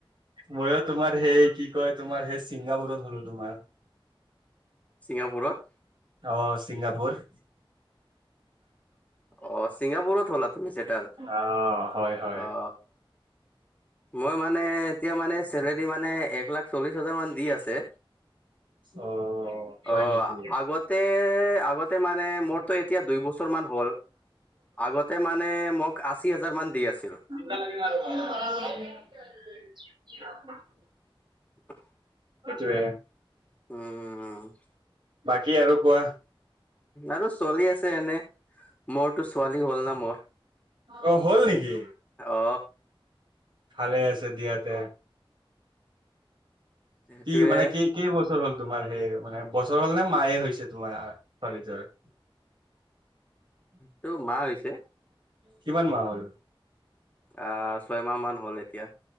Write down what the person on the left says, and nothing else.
ছিংগাপুৰত?
অ ছিংগাপুৰত হ'লা তুমি চেটাৰ?
অ মই মানে এতিয়া মানে চেলাৰী মানে এক লাখ চল্লিশ হাজাৰ মান - দি আছে,
অ
আগতে আগত- তে মানে মোৰতো এতিয়া দুই বছৰ মান হ'ল, আগতে মানে মোক আশী হাজাৰ মান দি আছিল।
<unintelligible>
উম উম উম।
আৰু চলি আছে এনেই, মোৰতো ছোৱালী হ'ল না মোৰ।
অ।
সেইটোৱে
তো মাহ হৈছে।
আহ ছয়মাহ মান হ'ল এতিয়া।